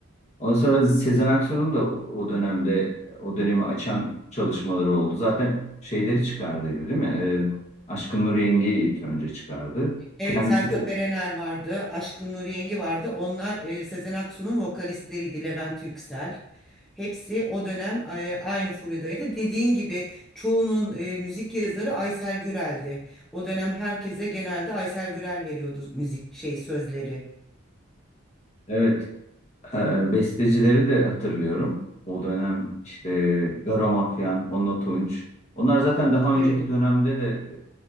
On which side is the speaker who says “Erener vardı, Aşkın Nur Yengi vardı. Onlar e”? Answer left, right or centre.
Centre